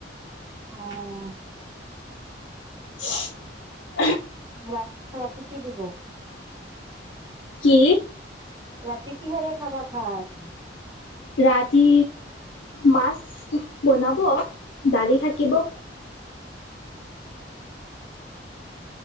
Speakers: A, on the right; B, on the left.
A: অ',
B: <inaudible>
A: ৰা ৰাতি কি দিব?
B: কি?
A: ৰাতি কিহেৰে খাবা ভাত?
B: ৰাতি মাছ বনাব। দালি থাকিব।